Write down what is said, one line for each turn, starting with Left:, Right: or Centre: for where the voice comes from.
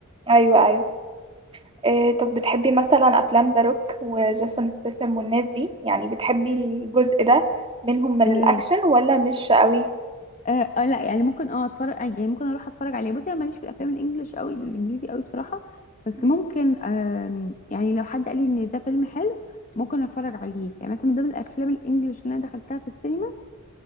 Right: ايوه ايوه إيه طب بتحبي مثلا افلام ذا روك وجيسون ستاثام والناس دي يعني بتحبي الجزء ده منهم من
Left: آه،
Right: الاكشن ولا مش قوي
Left: آه, اه لا يعني ممكن اه اتفرج آه، يعني ممكن اروح اتفرج عليه بصي انا ماليش في الافلام الانجليش قوي الانجليزي قوي بصراحه بس
Right: مم.
Left: ممكن آم يعني لو حد قال لي ان ده فيلم حلو ممكن اتفرج عليه يعني مثلا من ضمن الافلام الانجليش اللي انا دخلتها في السينما